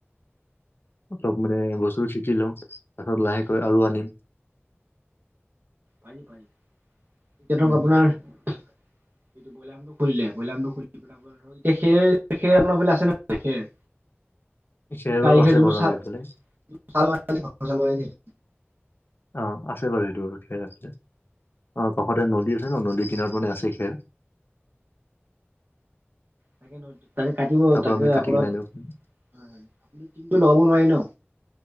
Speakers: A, on the left; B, on the right.
A: অলপ মানে বস্তুটো শিকি লও তাৰপাছত লাহেকৈ আৰু আনিম
B: পাৰি পাৰি এতিয়া ধৰক
A: উম
B: আপোনাৰ এইটো ব্ৰইলাৰটো খুলিলে ব্ৰইলাৰটো খুলিলে এতিয়া খেৰ খেৰ আপোনাৰ ফালে আছে নাই খেৰ
A: খেৰ বাৰু
B: গাৰিখাৰ
A: আছে
B: যিটো
A: বাৰু
B: ছাল
A: আমাৰ এইফালে
B: ছাল বাকলি গুচাব লাগে
A: অ আছে বাৰু সেইটো বাৰু খেৰ আছে অ কাষতে নদী আছে ন নদী কিনাৰত মানে আছে খেৰ
B: তাকে তাকে কাটিব
A: তাৰ পৰা
B: তাকে
A: আমি কাটি
B: আপোনাৰ
A: কিনে
B: হয়
A: আনিব পাৰিম
B: হয় আপুনি টিনটো লগাব নোৱাৰি ন